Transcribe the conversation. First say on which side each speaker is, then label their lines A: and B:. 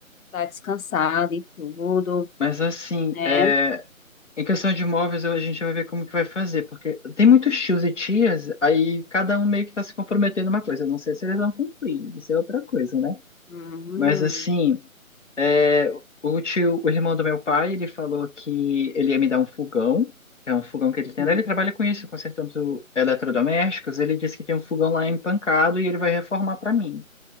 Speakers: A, on the left; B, on the left.
A: Tá descansada e tudo,
B: Mas assim,
A: né?
B: é, em questão de imóveis, a gente vai ver como que vai fazer, porque tem muitos tios e tias, aí cada um meio que está se comprometendo uma coisa. Eu Não sei se eles vão cumprir, isso é outra coisa, né?
A: Uhum,
B: Mas assim, é, o tio, o irmão do meu pai, ele falou que ele ia me dar um fogão, que é um fogão que ele tem.
A: uhum.
B: lá, Ele trabalha com isso, consertando eletrodomésticos. Ele disse que tem um fogão lá empancado e ele vai reformar para mim.